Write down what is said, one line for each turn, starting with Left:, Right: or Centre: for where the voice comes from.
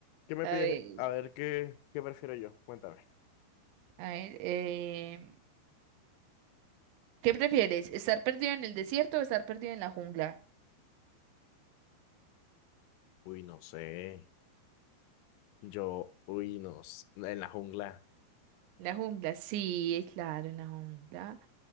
Left: qué me
Right: A
Left: pides?
Right: ver,
Left: A ver, ¿qué, qué prefiero yo? Cuéntame.
Right: a ver, eh, ¿qué prefieres? ¿Estar perdido en el desierto o estar perdido en la jungla?
Left: Uy, no sé. Yo, uy, no. s- En la jungla.
Right: La jungla, sí, claro, en la jungla.